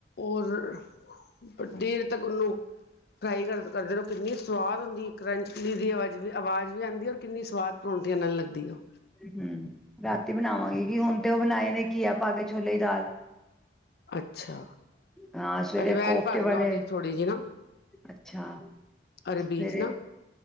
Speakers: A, on the left; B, in the centre.
A: ਓਰ, ਦੇਰ ਤੱਕ ਓਨੂੰ ਫ੍ਰਾਈ ਕਰ ਕਰਦੇ ਰੋ ਕਿੰਨੀ ਸਵਾਦ ਹੋਂਦੀ ਕਰੰਚੀ ਦੀ ਆਵਾਜ ਵੀ ਆਵਾਜ ਨੀ ਆਂਦੀ ਔਰ ਕਿੰਨੀ ਸਵਾਦ ਹੋਂਦੀ ਨਾਲ ਲੱਗਦੀ ਓ
B: ਹੂੰ, ਰਾਤੀ ਬਨਾਵਾਂਗੀ ਕਿ ਹੋਨ ਤੇ ਓ ਬਣਾਏ ਨੇ ਘੀਆ ਪਾ ਕੇ ਛੋਲੇ ਦੀ ਦਾਲ
A: ਅੱਛਾ,
B: ਹਾਂ ਸਵੇਰੇ
A: ਅੱਜਵੈਨ
B: ਕੋਫਤੇ
A: ਪਾਦੇਨਾ
B: ਵਾਲੇ
A: ਓਦੇ ਚ ਥੋੜੀ ਜੀ ਨਾ
B: ਅੱਛਾ,
A: ਅਰਬੀ
B: ਸਵੇਰੇ
A: ਚ ਨਾ